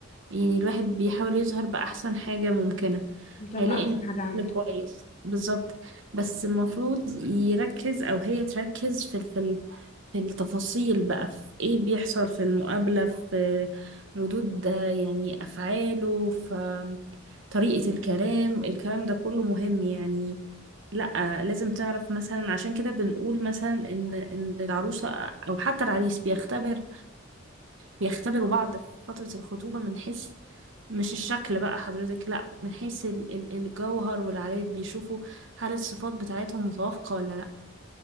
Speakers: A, on the right; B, on the left.
A: يعني الواحد بيحاول يظهر بأحسن حاجة ممكنة
B: يطلع
A: هيلاقي
B: أحسن
A: ان
B: حاجة عنده
A: الشكل كويس بالظبط بس المفروض يركز او هي تركز في ال- في ال- في التفاصيل بقى في ايه بيحصل في المقابلة في ردود آه، يعني افعاله في طريقة الكلام الكلام ده كله مهم يعني لا لازم تعرف مثلا عشان كده بنقول مثلا ان ان العروسه او حتى العريس بيختبر بيختبروا بعض في فتره الخطوبه من حيث مش الشكل بقى حضرتك لا من حيث ال- ال- الجوهر والعادات بيشوفوا هل الصفات بتاعتهم متوافقه ولا لا